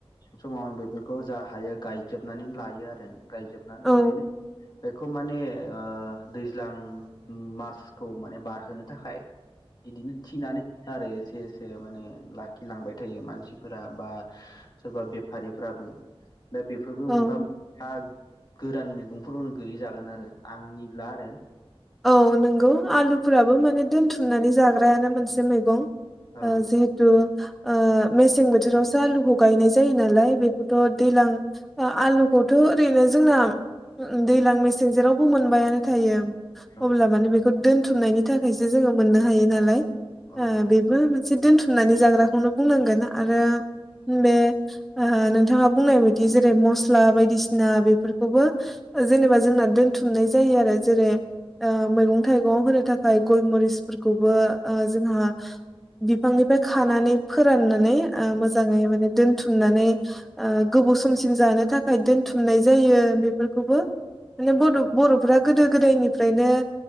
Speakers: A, on the left (about 45°); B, in the centre.
A: समाव आं बेफोरखौ जा हायो गायजोबनानै लायो आरो गायजोबनानै
B: औ
A: बिदिनो बेखौ माने अ दैज्लां मासखौ माने बारहोनो थाखाय बिदिनो थिनानो आरो एसे एसे माने लाखिलांबाय थायो मानसिफोरा बा सोरबा बेफारिफ्राबो दा बेफोरबो
B: औ
A: मोनफा हा गोदान मैगंफोरावनो गैयि जागोन आरो आंनिब्ला आरो
B: औ नंगौ आलुफोराबो माने दोनथुमनानै जाग्रायानो मोनसे मैगं
A: औ
B: अ जिहेतु अ मेसें बोथोरावसो आलुखौ गायनाय जायो नालाय बेखौथ' दैज्लां आलुखौथ' ओरैनो जोंना दैज्लां मेसें जेरावबो मोनबायानो थायो अब्ला
A: औ
B: माने बे दोनथुमनायनि थाखायसो जोङो मोननो हायो नालाय
A: औ
B: अ बिबो मोन- से दोनथुमनानै जाग्राखौनो बुंनांगोन आरो बे अ नोंथाङा बुंनाय बायदि जेरै- मस्ला बायदिसिना बेफोरखौबो जेनेबा जोंना दोनथुमनाय जायो आरो जेरै- अ मैगं-थाइगं होनो थाखाय गय मरिसफोरखौबो अ जोंहा बिफांनिफ्राय खानानै फोराननानै अ मोजाङै माने दोनथुमनानै ओ गोबाव समसिम जानो थाखाय दोनथुमनाय जायो बेफोरखौबो ले बर'-बर'- फोरा गोदो- गोदायनि ओमफ्रायनो